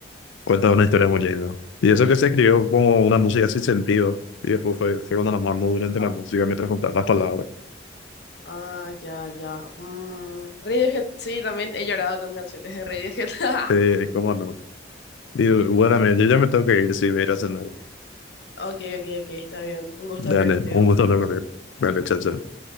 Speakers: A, on the left; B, on the left.
A: Cuenta una historia muy linda. Y eso que se escribió como una música sin sentido. Y después fue, fue cuando nos mandó durante
B: ajá.
A: la música mientras juntaban las palabras.
B: ah, ya, ya. Mm, Radiohead, sí, también he llorado con canciones de Radiohead. <laughs>
A: Sí, cómo no. Y bueno, me- yo ya me tengo que ir si voy a ir a cenar.
B: Ok, ok, ok, está bien. Un gusto
A: Dale,
B: hablar contigo.
A: un gusto hablar contigo. Dale, chao, chao.